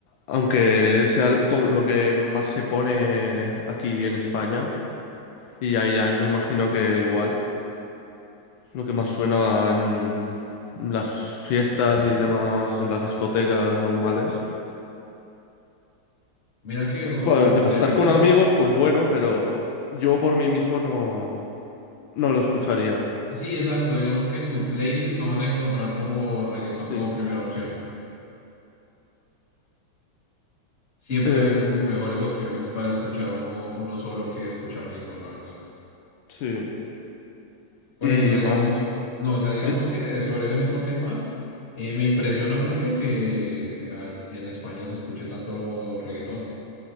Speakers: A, on the left (about 80°); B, on the left (about 35°).
A: Aunque sea el- todo lo que más se pone aquí en España, y ahí ya me imagino que igual, lo que más
B: Es-
A: suena en las fiestas y demás, en las discotecas normales.
B: mira que uno
A: Bueno,
B: piensa,
A: que
B: o
A: para
B: sea,
A: estar
B: yo
A: con
B: pensé,
A: amigos, pues bueno, pero yo por mí mismo no, no lo escucharía.
B: sí, exacto, digamos que en tu playlist no vas a encontrar como reggaetón
A: Sí.
B: como primera opción. Siempre
A: Em,
B: hay como mejores opciones para escuchar uno, uno solo que escuchar reggaetón, la verdad.
A: sí,
B: Por
A: y
B: ejemplo, digamos,
A: más,
B: no, o sea, digamos
A: sí,
B: que sobre ese mismo tema, eh, me impresiona mucho que ah, en España se escuche tanto reggaetón.